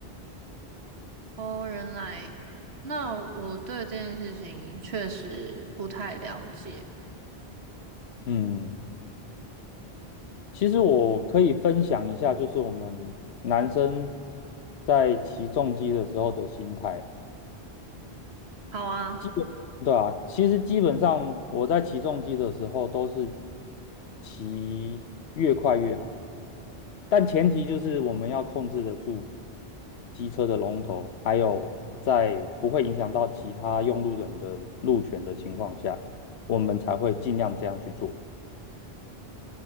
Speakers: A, on the right; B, on the left.
A: 哦，原来，那我对这件事情确实不太了解。
B: 嗯，其实我可以分享一下，就是我们男生在骑重机的时候的心态。
A: 好啊，
B: 基本，对啊，其实基本上我在骑重机的时候都是骑越快越好，但前提就是我们要控制得住机车的龙头，还有在不会影响到其他用路人的路权的情况下，我们才会尽量这样去做。